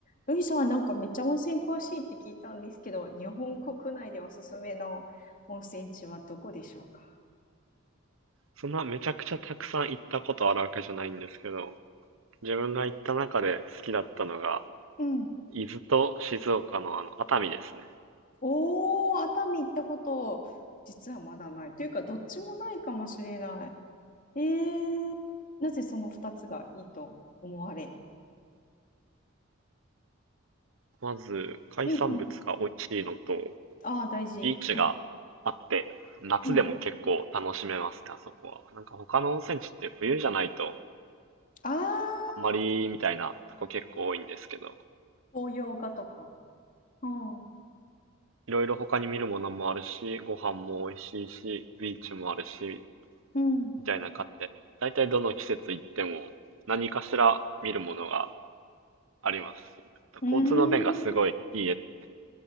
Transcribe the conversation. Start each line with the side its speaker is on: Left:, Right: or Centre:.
Left: ルイさんはなんかめっちゃ温泉詳しいって聞いたんですけど、日本国内でおすすめの温泉地はどこでしょうか
Right: そんなめちゃくちゃたくさん行ったことあるわけじゃないんですけど、自分が行った中で好きだったのが、
Left: うん。
Right: 伊豆と静岡のあの、熱海ですね。
Left: おー、熱海行ったこと、実はまだない。というか、どっちもないかもしれない。えー、なぜその2つがいいと思われ。
Right: まず、海産物が美味しいのと、
Left: うんうん。ああ、大事。
Right: ビーチがあって、
Left: は
Right: 夏でも結構楽しめますね、
Left: いうん。
Right: あそこは。なんか他の温泉地って冬じゃないと、
Left: ああ、
Right: あんまりみたいなとこ結構多いんですけど、
Left: 紅葉画とか。うん。
Right: いろいろ他に見るものもあるし、ご飯も美味しいし、ビーチもあるし、
Left: うん。
Right: みたいな感じで、だいたいどの季節行っても何かしら見るものがありますし、
Left: うー
Right: 交通の便がすごいいいです。